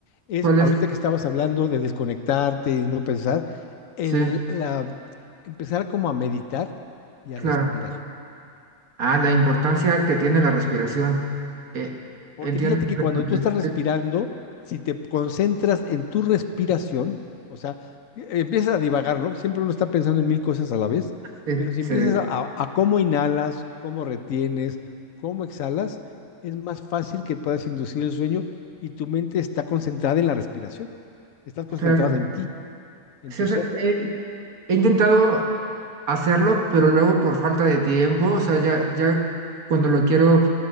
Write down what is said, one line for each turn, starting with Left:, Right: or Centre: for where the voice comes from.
Left: es,
Right: ¿Cuál es?
Left: ahorita que estabas hablando de desconectarte y no pensar, el,
Right: Sí,
Left: la, empezar como a meditar y
Right: claro.
Left: a respirar.
Right: Ah, la importancia que tiene la respiración. Eh,
Left: Porque
Right: entiendo
Left: fíjate
Right: completamente.
Left: que cuando tú estás respirando,
Right: Sí,
Left: si te concentras en tu respiración, o sea, e- empiezas a divagar, ¿no? Siempre uno está pensando en mil cosas a la vez,
Right: sí,
Left: pero si
Right: se-
Left: empiezas a, a a cómo inhalas, cómo retienes, cómo exhalas, es más fácil que puedas inducir el sueño y tu mente está concentrada en la respiración. estás concentrado
Right: claro.
Left: en ti, en
Right: Sí,
Left: tu
Right: o sea,
Left: ser.
Right: he, he intentado hacerlo, pero luego por falta de tiempo, o sea, ya, ya cuando lo quiero